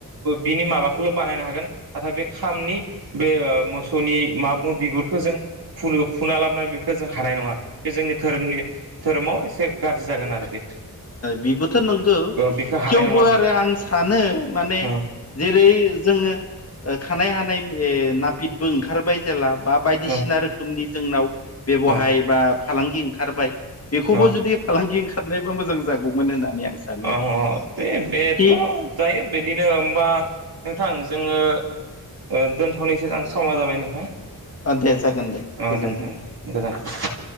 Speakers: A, on the right (about 75°); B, on the left (about 40°).
A: बिनि माबाखौल' बानायनो हागोन नाथाय बे खामनि बे मोसौनि माबा बुङो बिगुरखो, जों फु-फुना लाबोनानै बेफोरखौ जों हानाय नंङा बे जोंनि धोरोमनि धोरोमाव एसे गाज्रि जागोन आरो बे,
B: बेबोथ' नंगौ
A: बेखौ हानाय
B: थेवबो
A: नङा जों
B: आरो आं सानो, माने
A: औ
B: जेरै जोंङो ओ खानाय हानाय ओ ना नापितबो ओंखारबाय जेला बा बायदिसिना
A: औ
B: रोखोमनि जोंनाव बेब'हाय
A: औ
B: बा फालांगि ओंखारबाय बेखौबो
A: औ
B: जुदि फालांगि ओंखारनाय मोजां जागौमोन होननानै आं सानो
A: अ'
B: आरो
A: दे बेथ'
B: थिग
A: जायो बिदिनो ओमबा नोंथां, जोङो ओ दोनथ'नो सैजां समा जाबाय नोंथां
B: दे जागोन
A: औ
B: गोजोन्थों
A: दे नोंथां गोजोनथों